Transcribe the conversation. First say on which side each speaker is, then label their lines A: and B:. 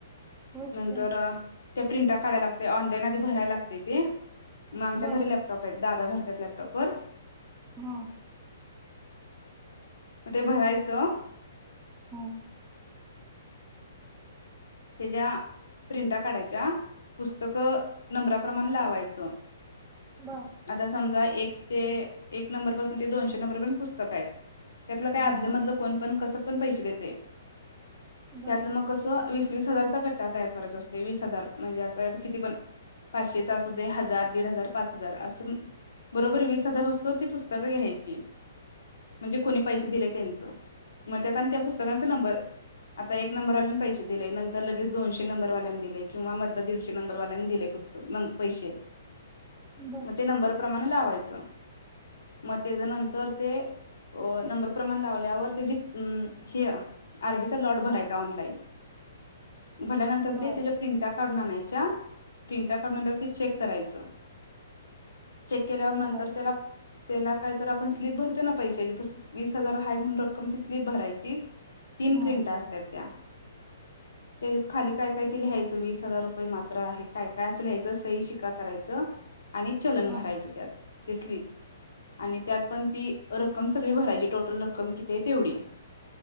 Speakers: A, on the right; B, on the left.
A: होयच
B: नंतर
A: की
B: त्या प्रिंट काढाय लागते ऑनलाईन आधी भराय लागते ते. मग आमच्या
A: बर
B: घरी लॅपटॉप आहेत दादा भरतत लॅपटॉपवर.
A: हम्म.
B: मग ते भरायचं.
A: हम्.
B: त्याच्या प्रिंटा काढायच्या पुस्तक. नंबराप्रमाण लावायचं
A: बर
B: आता समजा एक. ते एक नंबरपासून ते दोनशे नंबरप पुस्तक आहेत त्यातलं काय
A: हा
B: आदलंमधलं कोण पण कसं. कसं पण पैसे देते
A: बर
B: त्यातलं मग कस वीस वीस वीस हजारचा घट्टा तयार करायचा असते वीस हजार म्हणजे आता किती पण. पाचशेचा अस दे हजार दीड हजार पाच हजार असं. बरोबर वीस हजार होतो ती पुस्तक घ्यायची म्हणजे कोणी पैसे दिले त्यांचं. मग त्यात आणि त्या
A: बर
B: पुस्तकांचा नंबर आता एक नंबर ऑलाईन पैसे दिले नंतर. तर लगेच दोनशे नंबर वाल्यांनी दिले किंवा मधला दीडशे नंबरवाल्यांनी दिले पुस्तक पैसे.
A: बर
B: मग ते नंबर प्रमाणे लावायचं मग त्याच्या नंतर ते. नंबर प्रमाण लावल्यावर त्या हे आरडीचा लॉट भरायचा ऑनलाईन. भल्यानंतर
A: बर
B: ते त्याच्या प्रिंटा काढून आणायच. च्या प्रिंट काढून आणल्या नंतर ते चेक करायचं. चेक केल्यावर नंतर
A: बर
B: त्याला. त्याला काहीत आपण स्लीप भरतो ना पैशाची तस वीस हजार हाय म्हणून रक्कम ती स्लीप भरायची. तीन
A: हा
B: प्रिंट असत त्या. त्याच्यात खाली काय काय दिलंहायचं वीस हजार रुपये मात्र आहे काय काय असल या्यायचं सई शिका करायचं. आणि चलन
A: हा
B: भरायचं त्यात ते स्लिप आणि त्यात पण ती रक्कम सगळी भरायची टोटल रक्कम किती आहे तेवढी.